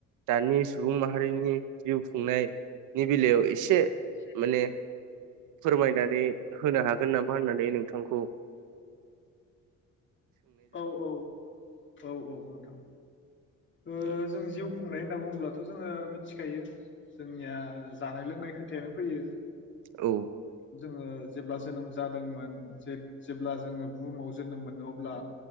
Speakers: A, on the right (about 85°); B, on the left (about 40°).
A: दानि सुबुं माहारिनि जिउ खुंनायनि बेलायाव एसे।
B: एसे।
A: माने फोरमायनानै होनो हागोन नामा होननानै नों थांखौ।
B: औ औ औ औ नोंथां। ओ
A: औ
B: जों जिउ खुंनाय होनना बुङो। ब्लाथ जोङो मिथिखायो जोंनिया जानाय लोंनाय खोथायानो फैयो।
A: औ।
B: जोङो जेब्ला जोनोम जादोंमोन जेब्ला जोङो बुहुमाव जोनोम मोनो अब्ला